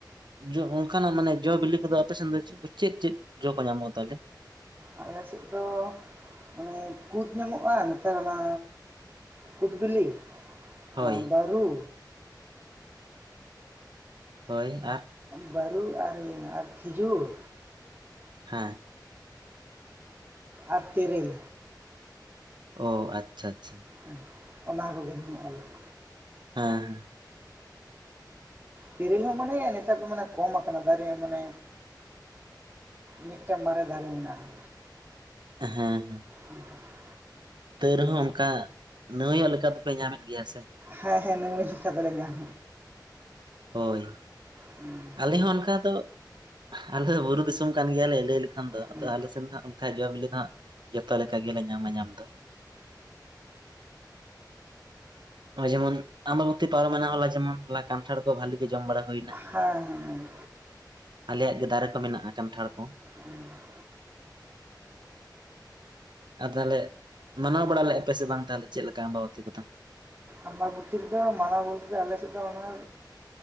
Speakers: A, on the right; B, on the right.
A: ᱡᱚ ᱚᱱᱠᱟᱱᱟᱜ ᱢᱟᱱᱮ ᱡᱚ ᱵᱤᱞᱤ ᱠᱚᱫᱚ ᱟᱯᱮᱥᱱ ᱫᱚ ᱪᱮᱫ ᱪᱮᱫ ᱡᱚ ᱠᱚ ᱧᱟᱢᱚᱜᱼᱟ ᱛᱟᱦᱚᱞᱮ
B: ᱟᱞᱮᱥᱮᱫ ᱫᱚ ᱟᱱᱮ ᱠᱩᱫ ᱧᱟᱢᱚᱜᱼᱟ ᱱᱮᱛᱟᱨ ᱚᱱᱟ ᱠᱩᱫᱽᱵᱤᱞᱤ
A: ᱦᱳᱭ
B: ᱟᱨ ᱵᱟᱹᱨᱩ
A: ᱦᱳᱭ ᱟᱨ
B: ᱵᱟᱹᱨᱩ ᱟᱨ ᱟᱨᱮᱢ ᱠᱷᱤᱡᱩᱨ
A: ᱦᱮᱸ <unintelligible>
B: ᱟᱨ ᱛᱮᱨᱮᱞ
A: ᱚ ᱟᱪᱷᱟ ᱟᱪᱷᱟᱪ
B: ᱦᱮ ᱚᱱᱟ ᱠᱚᱜᱮ ᱧ ᱟᱞ <unintelligible>
A: ᱦᱮᱸ
B: ᱛᱮᱤᱨᱤᱞ ᱦᱚᱸ ᱢᱟᱱᱮ ᱱᱮᱛᱟᱨ ᱫᱚ ᱢᱟᱱᱮ ᱠᱚᱢ ᱟᱠᱟᱱᱟ ᱫᱟᱨᱮ ᱦᱚᱸ ᱢᱟᱱᱮ ᱢᱤᱫᱴᱮᱱ ᱢᱟᱨᱮ ᱫᱟᱨᱮ ᱢᱮᱱᱟᱜᱼᱟ᱾
A: ᱦᱮᱸ
B: ᱦᱩᱸ ᱦᱩᱸ <unintelligible>
A: ᱛᱟᱹᱣ ᱨᱮᱦᱚᱸ ᱚᱱᱠᱟ ᱱᱟᱹᱣᱟᱭᱚᱜ ᱞᱮᱠᱟ ᱫᱚ ᱯᱮ ᱧᱟᱢᱮᱫ ᱜᱮᱭᱟ ᱥᱮ
B: ᱦᱮᱸ ᱦᱮᱸ ᱱᱟᱹᱣᱟᱺᱭ ᱞᱮᱠᱟ ᱫᱚᱞᱮ ᱧᱟᱢ
A: ᱦᱳᱭ
B: ᱦᱩᱸ
A: ᱟᱞᱮ ᱦᱚᱸ ᱚᱱᱠᱟ ᱫᱚ ᱟᱞᱮ ᱫᱚ ᱵᱩᱨᱩ ᱫᱤᱥᱚᱢ ᱠᱟᱱ ᱜᱮᱭᱟᱞᱮ ᱞᱟᱹᱭ ᱞᱮᱠᱷᱟᱱ ᱫᱚ
B: ᱜᱮᱭᱟ ᱦᱮᱸ
A: ᱟᱫᱚ ᱟᱞᱮᱥᱮᱱ ᱫᱚ ᱦᱟᱸᱜ ᱵᱟᱠᱷᱟᱡ ᱡᱚ ᱵᱤᱞᱤ ᱫᱚ ᱦᱟᱸᱜ ᱡᱚᱛᱚ ᱞᱮᱠᱟ ᱜᱮᱞᱮ ᱧᱟᱢᱟ ᱧᱟᱢ ᱫᱚ ᱡᱮᱢᱚᱱ ᱟᱢᱵᱟᱵᱩᱛᱤ ᱯᱟᱨᱚᱢ ᱦᱚᱞᱟ ᱡᱮᱢᱚᱱ ᱠᱟᱱᱴᱷᱟᱲ ᱠᱚ ᱵᱷᱟᱹᱞᱤ ᱜᱮ ᱡᱚᱢ ᱵᱟᱲᱟ ᱦᱩᱭᱱᱟ
B: ᱦᱮᱸ ᱦᱮᱸ
A: ᱟᱞᱮᱭᱟᱜ ᱜᱮ ᱫᱟᱨᱮ ᱠᱚ ᱢᱮᱱᱟᱜᱼᱟ ᱠᱟᱱᱴᱷᱟᱲ ᱠᱚ
B: ᱦᱮᱸ <unintelligible> <unintelligible>
A: ᱟᱨ ᱛᱟᱦᱚᱞᱮ ᱢᱟᱱᱟᱣ ᱵᱟᱲᱟ ᱞᱮᱫᱼᱟ ᱯᱮ ᱥᱮ ᱵᱟᱝ ᱛᱟᱦᱚᱞᱮ ᱪᱮᱫ ᱞᱮᱠᱟ ᱟᱵᱟᱵᱩᱛᱤ ᱠᱚᱫᱚ
B: ᱟᱢᱵᱟᱵᱩᱛᱤ ᱠᱚᱫᱚ ᱢᱟᱱᱟᱣ ᱵᱚᱞᱛᱮ ᱟᱞᱮ ᱥᱮᱫ ᱫᱚ ᱚᱱᱟ